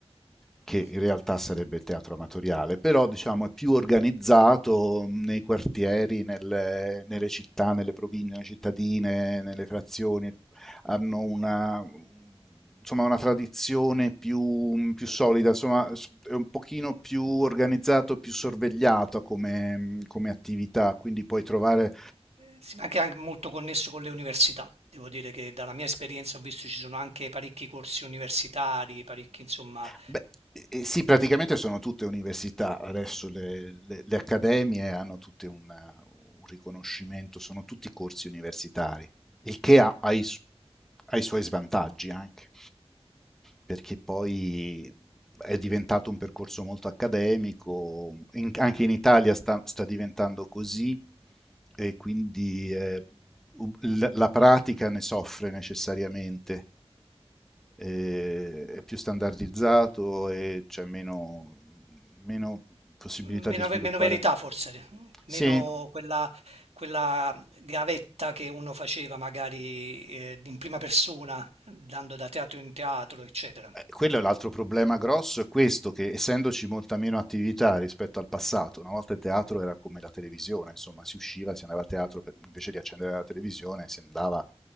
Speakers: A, in the centre; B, on the right.
A: che
B: Mm.
A: in realtà sarebbe il teatro amatoriale, però diciamo è più organizzato nei quartieri, nelle, nelle città, nelle province, nelle cittadine, nelle frazioni, hanno una, insomma, una tradizione più, più solida, insomma è un pochino più organizzato, più sorvegliato come, come attività, quindi puoi trovare
B: Sì, ma anche, anche molto connesso con le università. Devo dire che dalla mia esperienza ho visto ci sono anche parecchi corsi universitari, parecchi, insomma,
A: Beh, eh, sì, praticamente sono tutte università, adesso le, le- le accademie hanno tutte una- un riconoscimento, sono tutti corsi universitari, il che ha, ha i, su- ha i suoi svantaggi anche, perché poi è diventato un percorso molto accademico, in- anche in Italia sta, sta diventando così, e quindi eh, la pratica ne soffre necessariamente, eh, è più standardizzato e c'è meno, meno possibilità
B: meno,
A: di sviluppare.
B: ve- meno verità forse, meno
A: Sì,
B: quella, quella gavetta che uno faceva magari eh, in prima persona, andando da teatro in teatro, eccetera.
A: Eh, quello è l'altro problema grosso, è questo, che essendoci molta meno attività rispetto al passato, una volta il teatro era come la televisione, insomma, si usciva, si andava a teatro, per- invece di accendere la televisione si andava